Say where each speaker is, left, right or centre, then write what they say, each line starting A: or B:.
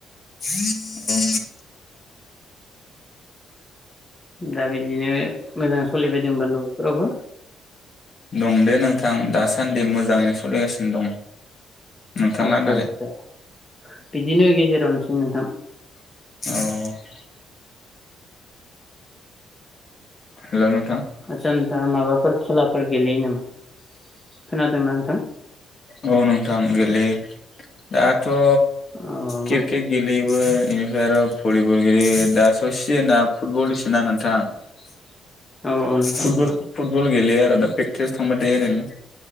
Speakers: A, on the left; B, on the left.
A: <unintelligible>
B: दा बिदिनो मोजां सलिबायदोंबा नफोरावबो
A: दं दे नोंथां दासान्दि मोजाङैनो सलिगासिनो दं नोंथां
B: आच्छा
A: लाहानालाय
B: आच्छा बिदिनो गेजेरावनोसै ओइ नोंथां
A: औ हेलौ नों
B: आच्छा नोंथांङा माबाफोर खेलाफोर गेलेयो नामा? खोनादोंना नोंथां
A: औ नोंथां गेलेयो दा थ
B: अ मा
A: किरकेट गेलयो <unintelligible> इनिफ्राय आरो भलिबलगेलेयो दा स सिजोना फुटबलसोना नोंथां फुटबल
B: औ औ नोंथां औ
A: फुटबल गेलेआ आरो दा। <unintelligible> थांबाय थायो आरो नों